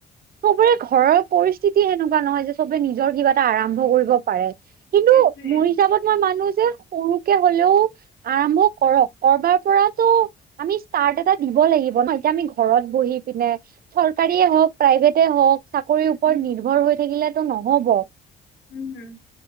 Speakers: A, on the right; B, on the left.
A: সবৰে ঘৰৰ পৰিস্থিতি সেনেকুৱা নহয় যে, সবে নিজৰ কিবা এটা আৰম্ভ কৰিব পাৰে। কিন্তু
B: সেইটোৱে
A: মোৰ হিচাপত মই মানো যে, সৰুকে হ'লেও আৰম্ভ কৰক, কৰবাৰ পৰাতো আমি ষ্টাৰ্ট এটা দিব লাগিব ন' এতিয়া আমি ঘৰত বহি পিনে চৰকাৰীয়ে হওক, প্ৰাইভেট হওক চাকৰিৰ ওপৰত
B: উম,
A: নিৰ্ভৰ হৈ থাকিলেতো ন'হব।
B: উম, হুম।